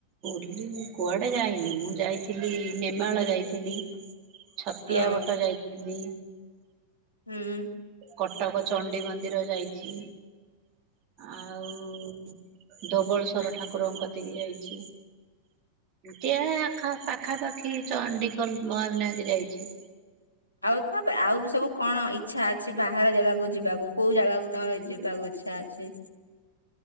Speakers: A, on the right; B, on the left.
A: ବୁଲିନି କୁଆଡେ ଯାଇନି। ମୁଁ ଯାଇଥିଲି ନେମାଳ ଯାଇଥିଲି। ଛତିଆ
B: ଓ
A: ବଟ ଯାଇଥିଲି।
B: ହୁଁ।
A: କଟକ ଚଣ୍ଡୀ ମନ୍ଦିର ଯାଇଚି। ଆଉ ଧବେଳଶ୍ଵର ଠାକୁର ଙ୍କ କତିକି ଯାଇଚି। କେ ଆଖ ପାଖାପାଖି ଚଣ୍ଡିଖୋଲ ମହାବିନାୟକ ଯାଇଚି।
B: ଆଉ ତାପରେ ଆଉ ବି ସବୁ କଣ ଇ ଚ୍ଛା ଅଛି ବାହାର ଜାଗାକୁ ଯିବାକୁ କୋଉ ଜାଗାକୁ ତମର ଯିବାକୁ ଇଚ୍ଛା ଅଛି?